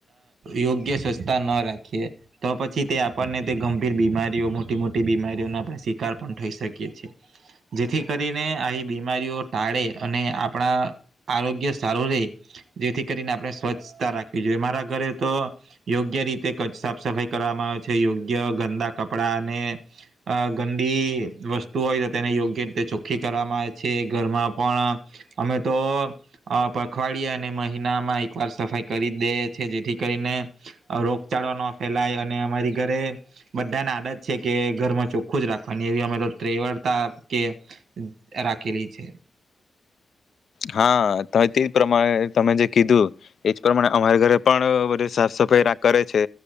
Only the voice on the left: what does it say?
હા તેજ પ્રમાણે તમે જે કીધું, એજ પ્રમાણે અમારા ઘરે પણ બધી સાફ સફાઈ રા કરે છે,